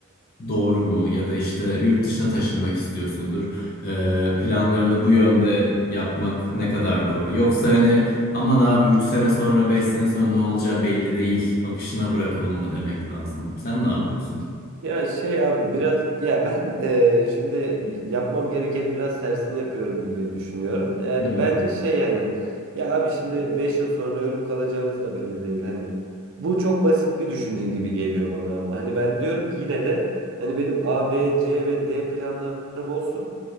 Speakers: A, on the left; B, on the right.
A: doğru mu? Ya da işte yurt dışına taşınmak istiyorsundur. E, planlarını bu yönde yapmak ne kadar doğru? Yoksa hani Aman abi 3 sene sonra 5 sene sonra ne olacağı belli değil. Akışına bırakalım mı demek lazım. Sen ne yapıyorsun?
B: Ya şey abi biraz ya ben eee, şimdi yapmam gerekenin biraz tersini yapıyorum gibi düşünüyorum. Yani
A: Hmm.
B: bence şey yani ya abi şimdi 5 yıl sonra ölüp kalacağımız da belli değil hani. Bu çok basit bir düşünce gibi geliyor bana ama. Hani ben diyorum ki yine de hani benim A, B, C ve D planlarım olsun.